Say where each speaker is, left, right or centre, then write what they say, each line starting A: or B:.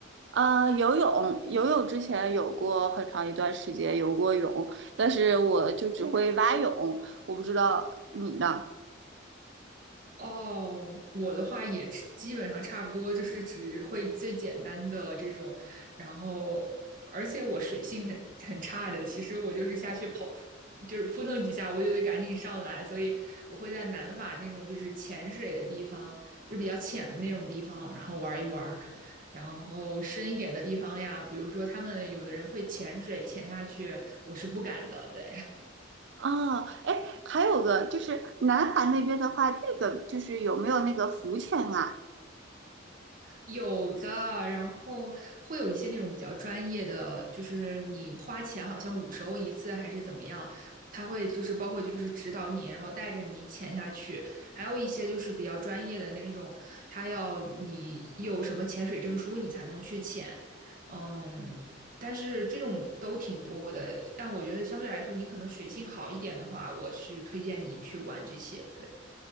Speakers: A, on the right; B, on the right.
A: 呃，游泳游泳之前有过很长一段时间游过泳，但是我就只嗯会蛙泳，我不知道你呢。
B: 哦，我的话也是基本上差不多，就是只会最简单的这种，然后而且我水性很很差的，其实我就是下去跑，就是扑腾几下我就得赶紧上来，所以我会在南法那种就是潜水的地方，就比较浅的那种地方，然后玩一玩然后深一点的地方呀，比如说他们有的人会潜水潜下去，我是不敢的，对。
A: 啊，哎，还有个就是南法那边的话，那个就是有没有那个浮潜啊？
B: 有的，然后会有一些那种比较专业的，就是你花钱好像五十欧一次还是怎么样，他会就是包括就是指导你，然后带着你潜下去，还有一些就是比较专业的那种，他要你有什么潜水证书你才能去潜，嗯，但是这种都挺多的，但我觉得相对来说你可能水性好一点的话，我是推荐你去玩这些，对，